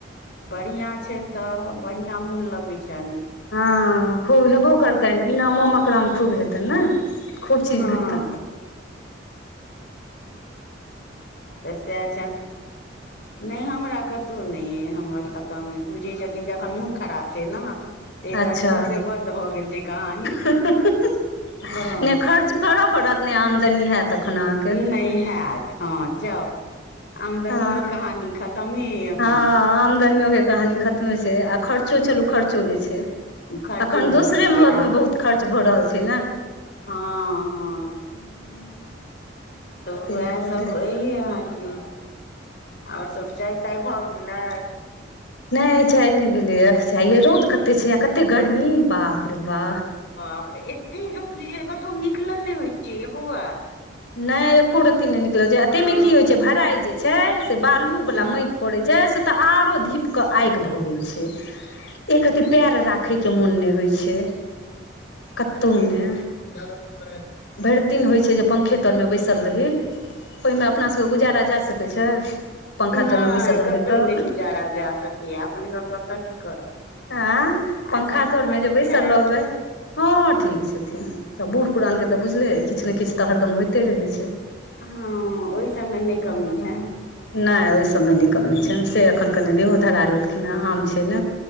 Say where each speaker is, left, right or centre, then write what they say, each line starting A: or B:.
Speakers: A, on the left; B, on the left.
A: बढ़िआँ छैन तऽ बढ़िआँ मोन लगै छैन
B: हा खू हेबो करतैन इनामो मकरामे खूब हेतैन ने खूब चीज
A: हँ
B: भेटतैन <inaudible>
A: त सेह छैन ने हमरा कतौ नै हमर खतम कर बुझै जखन मोन खराब छै ने तै
B: अच्छा
A: दुआरे सौसे बंन्द भऽ गेल छै कहानी
B: <inaudible>
A: हँ
B: नहि खर्च करय पड़त नहि आमदनी हैत तखन अहाँके
A: नै हेअत हँ जाउ आमदनियो
B: हँ
A: कहानी खतमे अइ एखन
B: हँ आमदनियो के कहानी खतमे छै आ खर्च चलू खर्चो ने छे
A: खर्चो
B: अखन
A: बचि
B: दोसरे
A: गेल
B: मदमे बहुत खर्च भ रहल छै न
A: हाॅं हाॅं
B: <inaudible>
A: त
B: ताहि
A: उएह
B: दुआरे
A: सब अयहे अहाँ के अओर सब जाय ताय भ गेलै
B: ने चाय नै भेले या चाय ये रौद कते छे आ कते गर्मी बाप रे बा
A: बाप रे एते रौद जे कतौ निकलल नै होइ छै मैं बौआ
B: नै एको रती नै निकल छे आ तै
A: हँ
B: मे की होइ छे भराई जे छे से बालू बला
A: हँ
B: मैट पडे छै से त आरो धीप के आयग भ गेल छै एक रति पैर राखे के मुन ने होइ छे कतो नै
A: जया दा <inaudible>
B: भैर दिन होइ छे जे पंखे तर मे बैसल रही ओय मे अपना सभ के गुजारा जा सकै छै पंखा
A: नै
B: तरमे बैसल रहबै
A: कतो
B: तऽ
A: नै गुजारा जाय सकेय अपने सब कतऽ की करब
B: आ
A: आ
B: पंखा
A: सासू
B: तर
A: माँ
B: मे जे
A: ठीक
B: बैसल
A: छथि
B: रहबे हा ठिक छथिन सभ बूढ़ पुरान के त बुझलेै किछ नै किछ त हरदम होइते रहे छै <inaudible>
A: हँ ओहि सबमे नहि कमी छनि
B: नै ओहि सभ मे ने कमी छैन से एखन कनि देहो धरा लेलखिन हा आम छे न